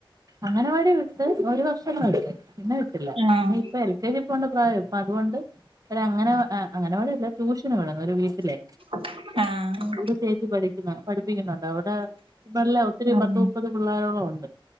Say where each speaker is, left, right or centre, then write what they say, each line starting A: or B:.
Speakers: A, on the right; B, on the right.
A: അങ്ങനവാടി വിട്ട് ഒരു വർഷം വിട്ട് പിന്നെ വിട്ടില്ല
B: ആഹ്
A: ഇപ്പൊ എൽ കെ കെ ജി പ്പോണ്ട പ്രായം ഇപ്പൊ അതുകൊണ്ട് ഒ അങ്ങന അങ്ങനവാടിയല്ല ട്യൂഷന് വിട്ന്നെ ഒരു വീട്ടിലെ
B: ആഹ്
A: ഇവിടെ ചേച്ചി പഠിക്കുന്ന പഠിപ്പിക്കുന്നുണ്ട് അവിടെ നല്ല ഒത്തിരി
B: ആഹ്
A: പത്ത് മുപ്പത് പിള്ളാരോളം ഉണ്ട്.